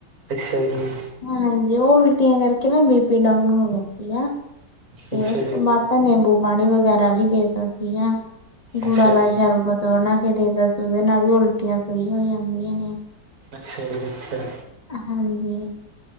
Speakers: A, on the right (about 55°); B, on the left (about 25°).
A: ਅੱਛਾ ਜੀ।
B: ਹਾਂਜੀ ਓ ਉਲਟੀਆਂ ਕਰਕੇ ਨਾ ਬੀ ਪੀ ਡਾਊਨ ਹੋ ਗੇਆ ਸੀਗਾ। ਤੇ
A: ਅੱਛਾ
B: ਉਸ
A: ਜੀ
B: ਤੋਂ
A: ਅੱਛਾ
B: ਬਾਅਦ ਤਾਂ ਨਿੰਬੂ ਪਾਣੀ ਵਗੈਰਾ ਵੀ ਦੇਤਾ ਸੀਗਾ। ਗੁੜਾਂ
A: ਅੱਛਾ
B: ਆਲਾ
A: ਜੀ
B: ਸ਼ਰਬਤ ਹਨਾ ਕਿਤੇ ਪੀਲੋ ਏਦੇ ਨਾਲ ਵੀ ਉਲਟੀਆਂ ਸਈ ਹੋ ਜਾਂਦੀਆਂ ਨੇ
A: ਅੱਛਾ ਜੀ ਅੱਛਾ।
B: ਹਾਂਜੀ।